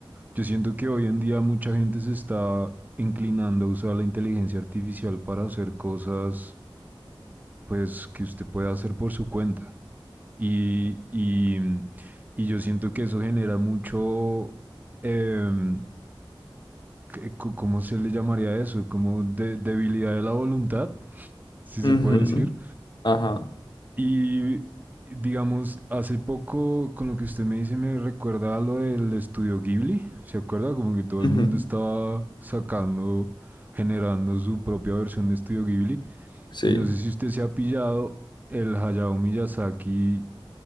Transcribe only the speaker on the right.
yo siento que hoy en día mucha gente se está inclinando a usar la inteligencia artificial para hacer cosas, pues, que usted puede hacer por su cuenta. Y, y, mm, y yo siento que eso genera mucho, em, que- co- ¿cómo se le llamaría eso? Como de- debilidad de la voluntad, <laughs> si se
puede decir.
Y digamos, hace poco con lo que usted me dice me recuerda a lo del estudio Ghibli, ¿se acuerda? Como que todo el
mundo estaba sacando, generando su propia versión de estudio Ghibli.
Y no sé si usted se ha pillado el Hayao Miyazaki